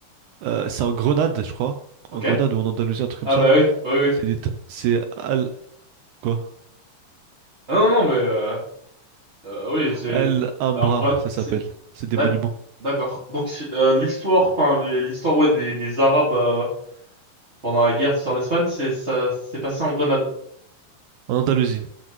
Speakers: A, on the right; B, on the right.
A: euh, c'est en Grenade, je crois.
B: Ok.
A: En Grenade ou en Andalousie, un truc comme
B: Ah
A: ça.
B: bah oui, oui, oui.
A: C'est des... ta- C'est Al... Quoi?
B: Ah non, non, mais euh, euh, oui, c'est
A: Alhambra,
B: en gros,
A: ça s'appelle.
B: c'est
A: C'est des
B: d'ac-
A: monuments.
B: d'accord. Donc c'est- euh, l'histoire, enfin les- l'histoire ouais des, des Arabes euh, pendant la guerre, c'est en Espagne, c'est ça s'est passé en Grenade.
A: En Andalousie.